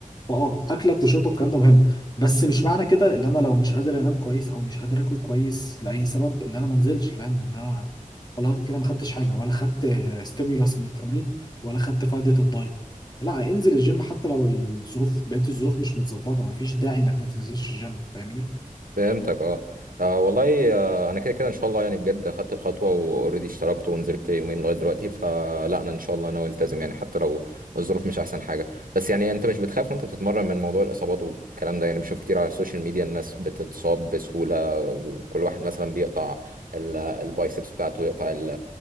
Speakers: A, on the left; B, on the right.
A: فاه اكلك وشربك الكلام ده مهم بس مش معنى كده ان انا لو مش قادر انام كويس او مش قادر اكل كويس لاي سبب ان انا ما انزلش فاهم ان انا والله كده ما خدتش حاجه ولا خدت ستيمولاس من التمرين ولا خدت فائده الدايت لا انزل الجيم حتى لو الظروف بقيت الظروف مش متظبطه ما فيش داعي انك ما تنزلش الجيم فاهمني
B: فهمتك اه آه، والله آه، انا كده كده ان شاء الله يعني بجد اخدت الخطوه واوريدي اشتركت ونزلت يومين لغايه دلوقتي فلا انا ان شاء الله انا التزم يعني حتى لو الظروف مش احسن حاجه بس يعني انت مش بتخاف وانت بتتمرن من موضوع الاصابات والكلام ده يعني بشوف كتير على السوشيال ميديا الناس بتتصاب بسهوله وكل واحد مثلا بيقطع ال- البايسبس بتاعته يقطع ال-